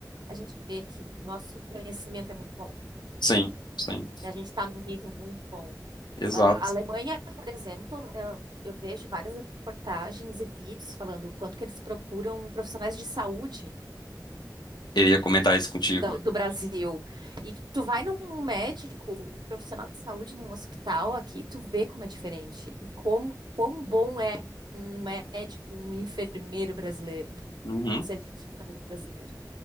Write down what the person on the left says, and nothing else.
Sim, sim,
exato.
Eu ia comentar isso contigo.
Uhum.